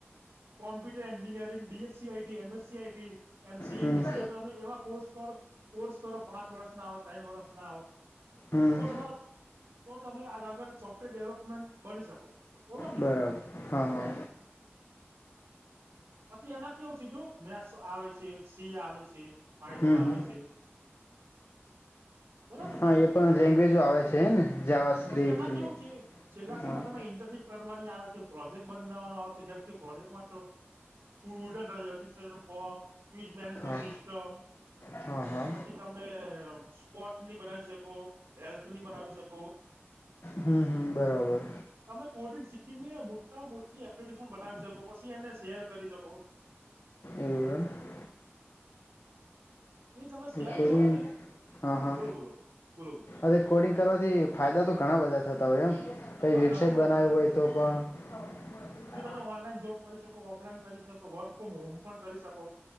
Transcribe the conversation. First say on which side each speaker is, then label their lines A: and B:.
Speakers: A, on the right; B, on the left.
A: computer engineering DSc IT MSc IT MCA
B: હમ
A: બીસીએ તો અમે એવા કોર્સ કરો કોર્સ કરો પાંચ વર્ષ ના ત્રણ વર્ષ ના આવ
B: હમ
A: તો તમારો તો તમે આગળ સોફ્ટવેર ડેવલપમેન્ટ બની શકો બરોબરને.
B: બરાબર હા હા
A: પછી એમાં કેવું છે જો મેસ આવે છે સી આવે છે. પાાયથન
B: હમ
A: આવે
B: હમ
A: છે. બરાબર ને
B: હા એ પણ લેંગ્વેજો આવે છે ને જાવા સ્ક્રિપ્ટ
A: પછી એમાં કેવું
B: ને
A: છે. છેલ્લા સેમમાં
B: હા
A: તમે ઇન્ટર્નશીપ કરવાની આવે છે પ્રોજેક્ટ બનાવાનો આવે છે જેમ કે પ્રોજેક્ટ માટે સ્ટુડન્ટ રજિસ્ટ્રેશન ફોર્મ મેનેજમેન્ટ
B: હા
A: સિસ્ટમ
B: હા હા
A: પછી તમે સ્પોર્ટલી બનાવી શકો હેલ્થલી બનાવી શકો.
B: હમ્મ હમ્મ બરાબર.
A: તમે કોડિંગ શીખીને મોટા મોટી એપ્લિકેશન બનાવી શકો પછી એને સેલ કરી શકો.
B: એવું એમ
A: એ તમે સેલ
B: કોડિંગ
A: કરો ને
B: હા હા
A: બોલો બોલો બોલો બોલો
B: અરે કોડિંગ કરવાથી ફાયદા તો ઘણા બધા થતા હોય એમ. કઈ
A: હા
B: વેબસાઇટ
A: ઘણા બધા
B: બનાવ
A: થશે
B: હોય તો પણ
A: જો તમે ઓનલાઈન જોબ કરી શકો ઓફલાઈન કરી શકો વર્ક ફ્રોમ હોમ પણ કરી શકો